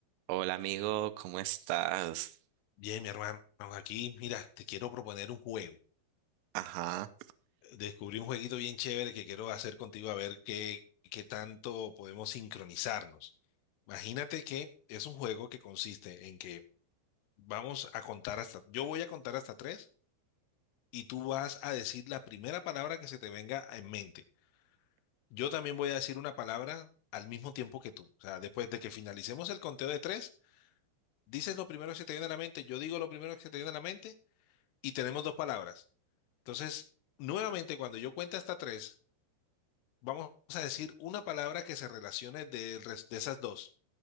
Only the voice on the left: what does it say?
Bien, mi hermano, aquí, mira, te quiero proponer un juego.
Descubrí un jueguito bien chévere que quiero hacer contigo a ver qué, qué tanto podemos sincronizarnos. Imagínate que es un juego que consiste en que vamos a contar hasta, yo voy a contar hasta tres y tú vas a decir la primera palabra que se te venga en mente. Yo también voy a decir una palabra al mismo tiempo que tú. O sea, después de que finalicemos el conteo de tres, dices lo primero que se te viene a la mente, yo digo lo primero que se te viene a la mente y tenemos dos palabras. Entonces, nuevamente, cuando yo cuente hasta tres, vamos a decir una palabra que se relacione del res- de, esas dos.